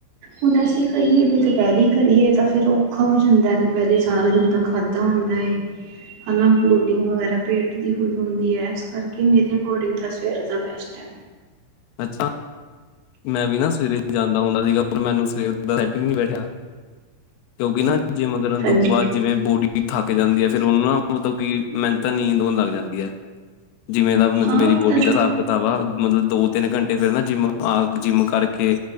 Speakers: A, on the right; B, on the left.
A: ਹੁਣ ਅਸੀਂ ਕਹੀਏ ਵੀ ਦੁਪਹਿਰੇ ਕਰੀਏ ਤਾਂ ਫੇਰ ਔਖਾ ਹੋ ਜਾਂਦਾ ਹੈ ਸਾਰੇ ਦਿਨ ਦਾ ਖਾਧਾ ਹੁੰਦਾ ਹੈ। ਹਨਾ ਫਲੋਟਿੰਗ ਵਗੈਰਾ ਪੇਟ ਦੀ। ਹੁੰਦੀ ਹੈ ਇਸ ਕਰਕੇ ਮੇਰੇ ਅਕੋਡਿੰਗ ਤਾਂ ਸਵੇਰੇ ਦਾ ਬੈਸਟ ਹੈ।
B: ਅੱਛਾ ਮੈਂ ਵੀ ਨਾ ਸਵੇਰੇ ਹੀ ਜਾਂਦਾ ਹੁੰਦਾ ਸੀਗਾ ਪਰ ਮੈਨੂੰ ਸਵੇਰ <unintelligible> ਬੈਠਿਆ ਕਿਉਂਕਿ ਨਾ ਜਿੰਮ ਕਰਨ
A: ਹਾਂਜੀ
B: ਤੋਂ ਬਾਦ ਜਿਵੇਂ ਬੋਡੀ ਥੱਕ ਜਾਂਦੀ ਹੈ ਫੇਰ ਉਹਨਾਂ ਨਾਲ ਮਤਲਬ ਕਿ ਮੈਨ ਤਾਂ ਨੀਂਦ ਲੱਗ ਜਾਂਦੀ ਹੈ ਜਿਵੇਂ ਦਾ ਮਤਲਬ
A: ਹਾਂ
B: ਮੇਰੀ ਬੋਡੀ
A: ਤਾਂ
B: ਦਾ ਹਿਸਾਬ ਕਿਤਾਬ ਆ ਮਤਲਬ ਦੋ ਤਿੰਨ ਘੰਟੇ ਫੇਿਰ ਨਾ ਜਿੰਮ ਆ ਜਿੰਮ ਕਰਕੇ